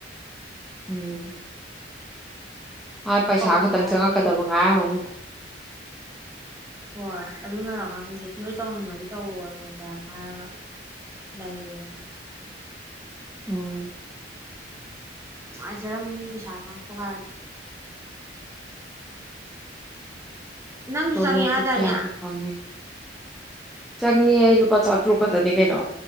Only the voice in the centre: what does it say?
ꯎꯝ ꯃꯥ ꯄꯩꯁꯥ
ꯈꯛꯇꯪ
ꯆꯪꯉꯛꯀꯗꯕ ꯉꯥꯏꯔꯝꯃꯅꯤ
ꯎꯝ
ꯇ
ꯂꯣꯕꯨ
ꯀꯌꯥꯕꯨ ꯈꯪꯉꯦ ꯆꯪꯉꯦ ꯑꯩ ꯂꯨꯄꯥ ꯆꯥꯇ꯭ꯔꯨꯛ ꯈꯛꯇꯅꯤ ꯀꯩꯅꯣ